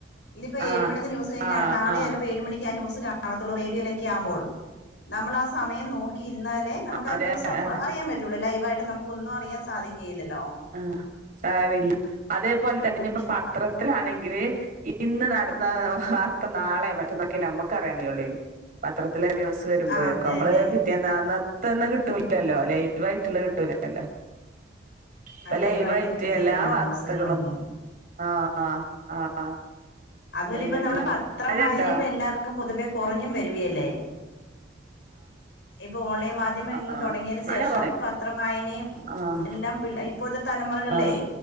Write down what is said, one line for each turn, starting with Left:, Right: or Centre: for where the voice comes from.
Left: ഇനിപ്പോ
Right: ആഹ്
Left: ഏഴ് മണിന്റെ കഴിഞ്ഞാ
Right: ആഹ്
Left: നാളെലപ്പോ
Right: ആഹ്
Left: ഏഴ്മണിക്കാ ന്യൂസ്‌ കാ നത്തൊള്ളൂ റേഡിയോയിലൊക്കെ ആവുമ്പോൾ നമ്മള് ആഹ് സമയം നോക്കി ക്കിരുന്നാലേ നമുക്ക് ആഹ്
Right: അതെ
Left: ന്യൂസപ്പ
Right: ആഹ്
Left: അറിയാൻ പറ്റൊള്ളൂ ലൈവായിട്ട് നമുക്ക് ഒന്നും അറിയാൻ സാധിക്കുയില്ലല്ലോ
Right: ഉം ആഹ് സരില്ല അതേപോലെ തന്നെ ഇനിപ്പ
Left: പക്ഷെ
Right: പത്രത്തിലാണെങ്കില് ഇന്ന് നടന്ന വാർത്ത നാളെ മറ്റന്നൊക്കെ നമ്മുക്ക്റിയാൻ കഴിയുല്ലെനി പത്രത്തിലെ ന്യൂസ്‌ ന്യൂസ്‌ വരുമ്പോലേക്കും
Left: അത്
Right: നമ്മള്
Left: തന്നെ
Right: പിറ്റേന്ന് അന്നതെന്നെ കിട്ടൂലല്ലോ ലൈവായിട്ടുള്ള കിട്ടൂലല്ലോ ഇപ്പൊ
Left: ആ
Right: ലൈവായിട്ട്
Left: കിട്ടത്തില്ലല്ലോ
Right: എല്ലാ വാർത്തകളും
Left: ന്യൂസുകളൊന്നും
Right: ആഹ് ആഹ്
Left: അതുപോലെ
Right: ലൈവ്
Left: ഇപ്പ
Right: ആയിട്ടിട്ടുണ്ട്
Left: നമ്മുടെ പത്രം
Right: മഴയുണ്ടോ
Left: വായന ഇപ്പൊ എല്ലാവർക്കും പൊതുവേ കുറഞ്ഞും വരകയല്ലേ ഇപ്പൊ ഓൺലൈൻ മാധ്യമം
Right: ആഹ്
Left: തുടങ്ങിയതിനന്
Right: മഴ
Left: ശേഷം
Right: കുറവാണ്
Left: പത്രം വായനയും
Right: ആഹ്
Left: എല്ലാം ഇപ്പോഴത്തെ തലമുറകളെ
Right: ആഹ്